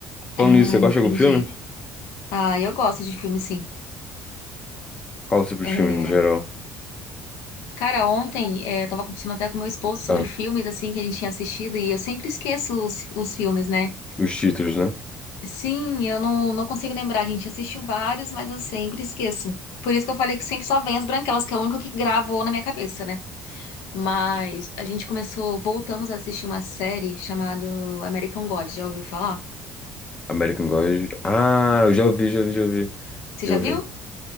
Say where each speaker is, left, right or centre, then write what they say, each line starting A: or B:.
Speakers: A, on the left; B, on the left.
A: Falando
B: Ah,
A: nisso, você gosta
B: entendi.
A: de algum filme?
B: Ah, eu gosto de filme, sim.
A: Qual o tipo
B: É,
A: de filme no geral?
B: Cara, ontem é, eu tava conversando até com meu esposo sobre
A: Ah,
B: filmes, assim, que a gente tinha assistido, e eu sempre esqueço os, os filmes, né?
A: os títulos, né?
B: Sim, eu não, não consigo lembrar. A gente assistiu vários, mas eu sempre esqueço. Por isso que eu falei que sempre só vem As Branquelas, que é o único que gravou na minha cabeça, né? Mas a gente começou, voltamos a assistir uma série chamada American God. Já ouviu falar?
A: American God. Ah, eu já ouvi, já ouvi, já ouvi.
B: Você
A: Já
B: já
A: ouvi.
B: viu?